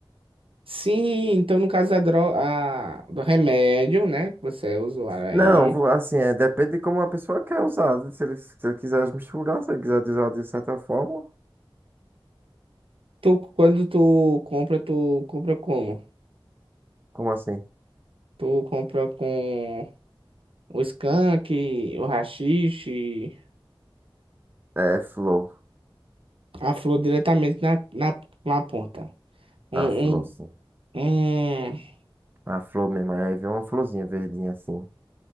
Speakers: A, on the right (about 80°); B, on the right (about 20°).
A: Sim, então no caso da dro... a... do remédio, né? que Você é usuário aí.
B: Não, vo- assim, é, depende de como a pessoa quer usar. né? Se ele, se ele quiser misturar, se ele quiser usar de certa forma.
A: Tu, quando tu compra, tu compra como?
B: Como assim?
A: Tu compra com o skunk, o haxixe,
B: É flor.
A: a flor diretamente na, na, na ponta.
B: A
A: Um,
B: flor, sim.
A: um, um.
B: A flor mesmo. Aí vem uma florzinha verdinha assim.